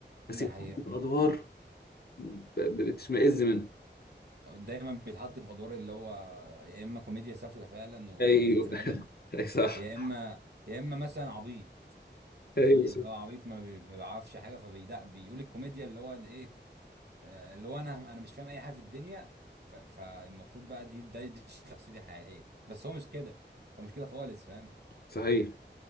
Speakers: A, on the left (about 60°); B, on the right (about 65°).
A: بس
B: ده
A: يتحط
B: حقيقه
A: في أدوار ب- ب- بتشمئز منها
B: دايما بيتحط في ادوار اللي هو يا اما كوميديا سافله فعلا وقليله
A: أيوه
B: الادب
A: <laughs> أي صح
B: يا اما يا اما مثلا عبيط
A: أيوه
B: يعني
A: صح.
B: اللي هو عبيط ما بي- ما بيعرفش حاجه فبيدق بيقول الكوميديا اللي هو ايه آه، اللي هو انا انا مش فاهم اي حاجه في الدنيا ف- فالمفروض بقى دي ده دي شخصيتي الحقيقيه بس هو مش كده هو مش كده خالص فاهم
A: صحيح